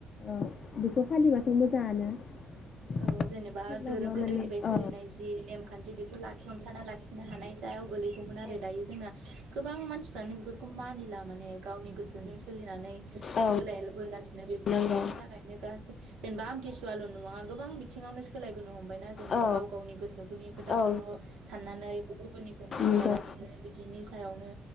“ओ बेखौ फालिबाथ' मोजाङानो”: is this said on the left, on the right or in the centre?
Left